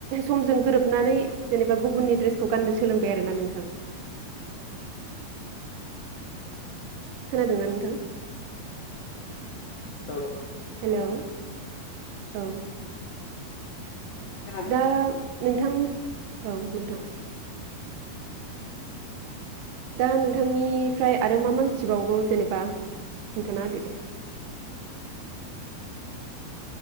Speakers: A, on the right (about 75°); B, on the left (about 85°).
A: समजों गोरोबनानै जेनेबा गुबुननि ड्रेसखौ गाननो सोलोंबाय आरोना नोंथां खोनादोंना नोंथां
B: औ औ
A: हेलौ औ
B: खोनादों
A: दा नोंथां औ नोंथां दा नोंथांनिफ्राय आरो मा मा मिथिबावगौ जेनेबा खिन्थाना होदो दे